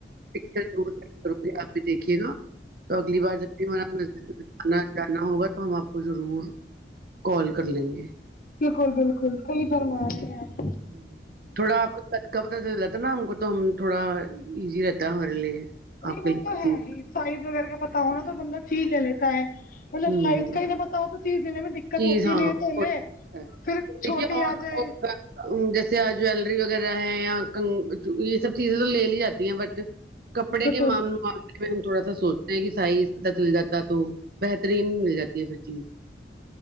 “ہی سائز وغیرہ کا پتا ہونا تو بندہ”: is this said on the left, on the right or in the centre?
Left